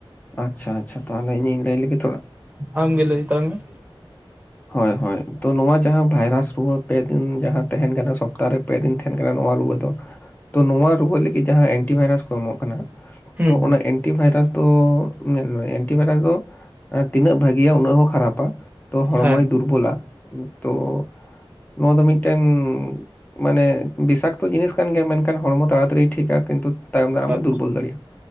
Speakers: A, on the left; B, on the right.
A: ᱟᱪᱪᱷᱟ ᱟᱪᱪᱷᱟ, ᱛᱟᱦᱚᱞᱮ ᱤᱧᱤᱧ ᱞᱟᱹᱭ ᱞᱮᱜᱮ ᱛᱷᱚᱲᱟ᱾
B: ᱟᱢ ᱜᱮ ᱞᱟᱹᱭ ᱛᱟᱞᱟᱝ ᱢᱮ,
A: ᱦᱳᱭ ᱦᱳᱭ, ᱛᱚ ᱱᱚᱣᱟ ᱡᱟᱦᱟᱸ ᱵᱷᱟᱭᱨᱟᱥ ᱨᱩᱣᱟᱹ, ᱯᱮᱫᱤᱱ ᱡᱟᱦᱟᱸ ᱛᱟᱦᱮᱱ ᱠᱟᱱᱟ ᱥᱚᱯᱛᱟᱨᱮ ᱯᱮ ᱫᱤᱱ ᱛᱟᱦᱮᱱ ᱠᱟᱱᱟ ᱱᱚᱣᱟ ᱨᱩᱣᱟᱹ ᱫᱚ᱾ ᱛᱚ ᱱᱚᱣᱟ ᱨᱩᱣᱟᱹ ᱞᱟᱹᱜᱤᱫ ᱡᱟᱦᱟᱸ ᱮᱱᱴᱤᱵᱟᱭᱨᱟᱥ ᱠᱚ ᱮᱢᱚᱜ ᱠᱟᱱᱟ
B: ᱦᱩᱸ
A: ᱛᱚ
B: ᱦᱩᱸ
A: ᱚᱱᱟ ᱮ ᱮᱱᱴᱤ ᱵᱷᱟᱭᱨᱟᱥ ᱫᱚ ᱧᱮᱞᱢᱮ ᱮᱱᱴᱤ ᱵᱷᱟᱭᱨᱟᱥ ᱫᱚ ᱛᱤᱱᱟᱹᱜ ᱵᱷᱟᱜᱤᱭᱟ, ᱩᱱᱟᱹᱜ ᱦᱚᱸ ᱠᱷᱟᱨᱟᱯᱟ᱾ ᱛᱚ ᱦᱚᱲᱢᱚᱭ
B: ᱦᱮᱸ
A: ᱫᱩᱨᱵᱚᱞᱟ ᱛᱚ ᱱᱚᱣᱟ ᱫᱚ ᱢᱤᱫᱴᱮᱱ ᱢᱟᱱᱮ ᱵᱤᱥᱟᱠᱛᱚ ᱡᱤᱱᱤᱥ ᱠᱟᱱ ᱜᱮᱭᱟ ᱢᱮᱱᱠᱷᱟᱱ ᱦᱚᱲᱢᱚ ᱛᱟᱲᱟᱛᱟᱲᱤ ᱴᱷᱤᱠᱟ ᱠᱤᱱᱛᱩᱛ ᱛᱟᱭᱚᱢ ᱫᱟᱨᱟᱢᱮ
B: ᱟᱪᱪᱷᱟ
A: ᱫᱩᱨᱵᱚᱞ ᱫᱟᱲᱮᱭᱟᱜ-ᱟ